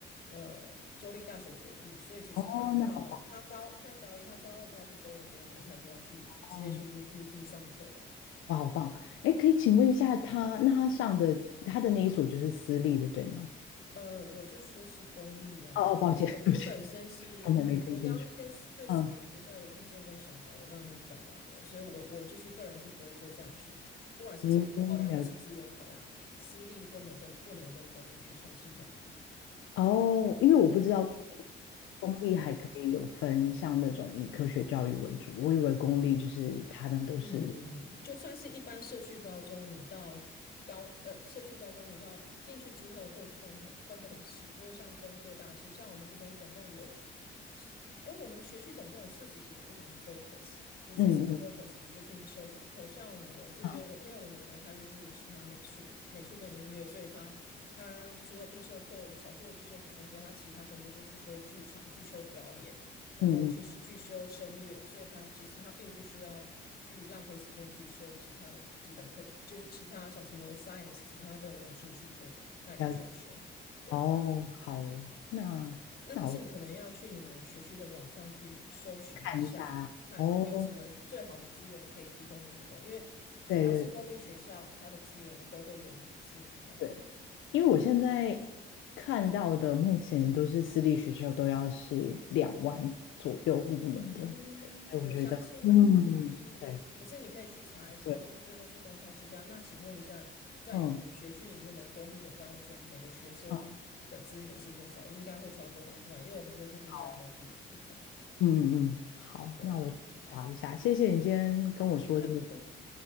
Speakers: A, on the left; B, on the left.
A: 呃，州立大学隔壁，所以其实他到他高现在高一，
B: 哦，那好
A: 他高二就要去多伦多门，他就要去直接去
B: 棒，
A: U UT 上课了
B: 哇，好棒，哎，可以请问一下他，那他上的他的那一所就是私立的，对吗？
A: 呃，我就说是公立呀、
B: 哦哦，抱歉，
A: 我我我本身是我刚刚跟私对私立学校的意见跟想法，
B: 对不起，可能没听清楚，嗯
A: 我刚刚已经讲完了，所以我我就是个人是不会做这样的选择啦，不管是成本考量或是资源考量，
B: 嗯，了解。
A: 私立根本跟不能跟公立学校系统比。
B: 哦，因为我不知道公立还可以有分像那种以科学教育为主，
A: 嗯。
B: 我以为公立就是他们都是，
A: 嗯，就算是一般社区高中，你到高呃社区高中，你到进去之后会分很分得很细，就会像分各大系，像我们这边总共有，哎，我们学区总共有四十几个不同的 focus，你是什么
B: 嗯嗯
A: focus，你就去你修什么课。像我这边，
B: 嗯
A: 我朋友的女儿她就是喜欢美术，美术跟音乐，所以她她除了必修课少数的必修学分之外，她其他全部就去修剧场，去修表演。然后去去修声乐，
B: 嗯嗯，
A: 所以他其实他并不需要去浪费时间去修其他的基本课，就是其他像什么 science 什么，他根本没有兴趣，所以他也不需要修。
B: 了解。
A: 对，
B: 哦，好哦，那那我
A: 那可是你可能要去你们学区的网上去搜寻一下，
B: 看一下。
A: 看有什么最好的资源可以提供给女儿，
B: 哦，
A: 因为只要是公立学校，
B: 对对
A: 它的资源都会远比私立学校多。
B: 对，因为我现在看到的目前都是私立学校都要是两万左右一年的，
A: 嗯，
B: 对，所以我觉得，
A: 我相信呢、
B: 嗯，
A: 就是，
B: 对
A: 可是你可以去查一下，
B: 对，
A: 就是这都是公开资料。那请问一下，在你们学区里面的公立的高中，
B: 嗯
A: 每个学生的资源是多少？
B: 嗯，
A: 应该会超过两万，因为我们这边是物价比较低的地方。
B: 好。嗯嗯，嗯，好，
A: 对啊，
B: 那我查一下。谢谢你今天跟我说这个，
A: <laughs>